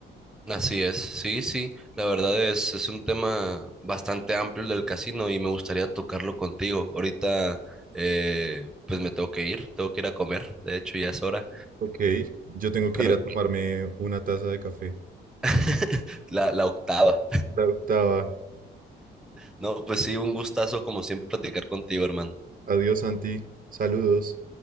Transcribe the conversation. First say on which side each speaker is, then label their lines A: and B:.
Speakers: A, in the centre; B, on the right (about 45°).
A: Así es, sí, sí, la verdad es, es un tema bastante amplio el del casino y me gustaría tocarlo contigo. Ahorita, eh, pues me tengo que ir, tengo que ir a comer, de hecho ya es hora,
B: Ok, yo tengo que
A: pero
B: ir a tomarme una taza de café.
A: <laughs> la, la octava.
B: La octava.
A: No, pues sí, un gustazo como siempre platicar contigo, hermano.
B: Adiós, Santi. Saludos.